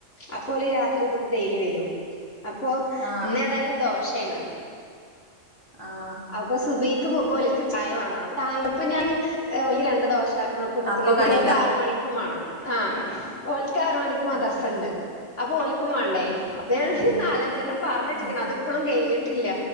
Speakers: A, on the left; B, on the right.
A: അപ്പോല് രാത്രി ഡെയിലി വരും. അപ്പോ
B: ആഹ് ആഹ്
A: ന്ന് ഏതാലും ദോഷേണ്.
B: ആഹ്.
A: അപ്പൊ സുബ്ഹിക്ക് പോകുമ്പോ ഓല്ക്ക് ചായ മാണം അപ്പൊ ഞാന് ഓൽക്ക് രണ്ട് ദോഷ. ക്ക്ണ കൂട്ടത്തില്
B: അപ്പൊ
A: കുട്ടിയൾക്ക്
B: കടിണ്ടാ
A: ആറ് മണിക്കും മാണം. ആ ഓൽക്ക് ആറ് മണിക്ക് മദർസണ്ട്.
B: ആഹ്
A: അപ്പൊ ഓല്ക്കും വേണ്ടേ. അപ്പ ഞാനൊര്
B: ഉം
A: നാലഞ്ചെണ്ണം പാറന്ന് വെച്ക്ണ്.
B: ഉം
A: അത് ഇപ്പളും കഴിഞ്ഞിട്ടില്ല.